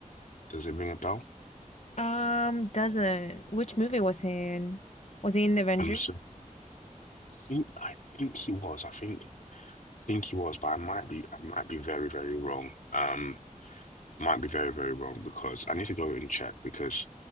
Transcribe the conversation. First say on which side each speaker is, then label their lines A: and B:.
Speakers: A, on the left; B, on the left.
A: Does it ring a bell?
B: Um, doesn't. Which movie was he in? Was he in the Avengers?
A: I'm so, I think I think he was. I think think he was, but I might be I might be very, very wrong. Um, might be very, very wrong because I need to go and check because